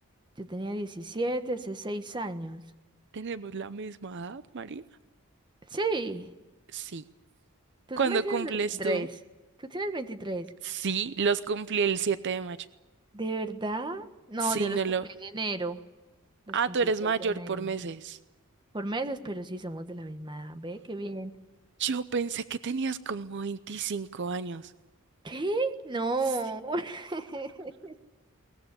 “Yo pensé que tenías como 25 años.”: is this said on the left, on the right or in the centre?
Right